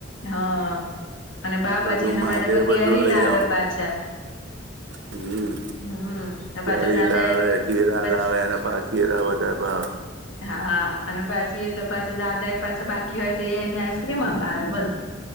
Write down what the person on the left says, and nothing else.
હા અને બા
પાછી એના
માટે તો કેરી
લાવે
પાછા
હમ
પાછા દાદા
પછી
હા અને પછી એ તો પાછા દાદા એ પાછા બાકી હોય તો એ એને આઈસક્રીમ અપાવે બોલો